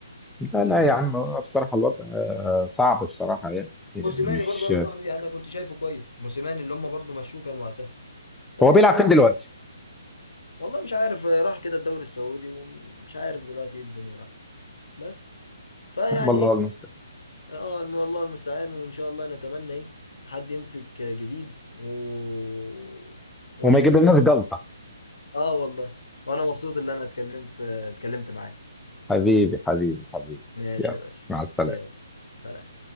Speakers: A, in the centre; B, on the left (about 85°).
A: لا
B: انت
A: لا
B: فاهمني
A: يا عم هو بصراحه الوضع آه، صعب بصراحه يعني يعني
B: موسيماني
A: مش
B: برضه انا صاحبي انا كنت شايفه كويس موسيماني اللي هم برضه مشوه كان وقتها فيعني
A: هو بيلعب فين دلوقتي؟
B: والله مش عارف راح كده الدوري السعودي ومش عارف دلوقتي ايه الدنيا معاه بس فيعني
A: والله
B: ايه
A: المستعان
B: اه الم- الله المستعان وان شاء الله نتمنى ايه حد يمسك جديد و... واشوف
A: وما يجيب لناش
B: ايه
A: جلطه
B: اه والله وانا مبسوط ان انا اتكلمت اتكلمت معاك
A: حبيبي حبيبي حبيبي
B: ماشي
A: يلا
B: يا باشا
A: مع السلامه
B: يلا سلام